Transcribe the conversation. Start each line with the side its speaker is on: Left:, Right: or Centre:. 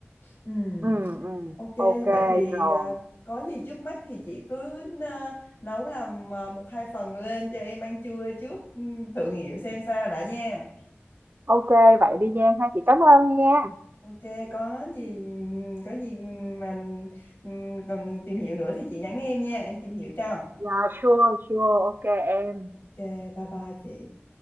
Left: ừ
Right: ừ ừ.
Left: ok
Right: ok
Left: vậy thì
Right: rồi
Left: à, có gì trước mắt thì chị cứ à, nấu làm à, một hai phần lên cho em ăn trưa trước ừ, thử nghiệm xem sao đã nha
Right: ok vậy đi Giang ha chị cảm ơn nha
Left: Ok, có gì có gì mà ừm, cần tìm hiểu nữa thì chị nhắn em nha, em tìm hiểu cho.
Right: Yeah, sure, sure, ok em.
Left: Ok, bye bye chị.